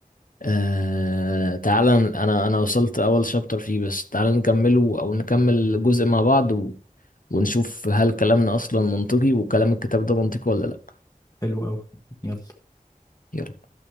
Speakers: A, on the left; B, on the left.
A: آه تعال ن- انا انا وصلت اول شابتر فيه بس تعال نكمله او نكمل جزء مع بعض و... ونشوف هل كلامنا اصلا منطقي وكلام الكتاب ده منطقي ولا لا
B: حلو قوي يلا
A: يلا